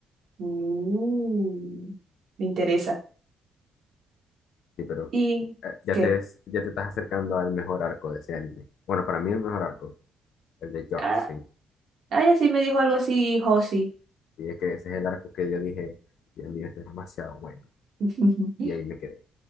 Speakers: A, on the right (about 65°); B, on the left (about 75°).
A: Mm, me interesa.
B: Sí, pero
A: ¿Y
B: eh, ya
A: qué?
B: te, es- ya te estás acercando al mejor arco de ese anime. Bueno, para mí el mejor arco, el de Yorkshin.
A: Ah, ay, así me dijo algo así, Josi.
B: Y es que ese es el arco que yo dije, Dios mío, este es demasiado bueno.
A: <laughs>
B: Y ahí me quedé.